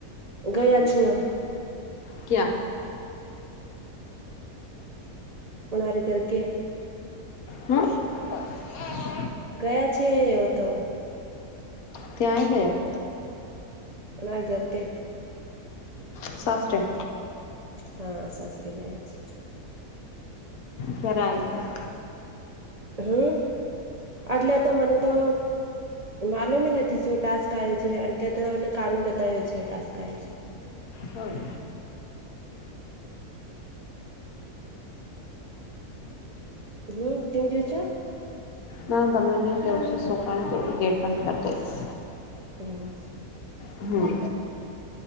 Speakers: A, on the right; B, on the left.
A: ગયા છે એમ
B: ક્યાં?
A: પનારે ઘર કે.
B: હમ્મ <inaudible>
A: ગયા છે વો તો.
B: ત્યાંય ગયા.
A: પણા ઘર કે.
B: સાસરે.
A: હા સાસરે ગયા છ.
B: કયારાય આયીસી
A: હમ્મ એટલે તો મને તો માલુમી નથી જો ટાસ્ક આયો છે. એટલે તો એને કાનું બતાયો છે. ટાસ્ક આયો છે.
B: હન
A: હમ્મ કેમ કે છો?
B: ના તમને કહેશે સોખાણી તો <inaudible> ગેટ બંધ કરી દઈશ.
A: હમ્મ.
B: હમ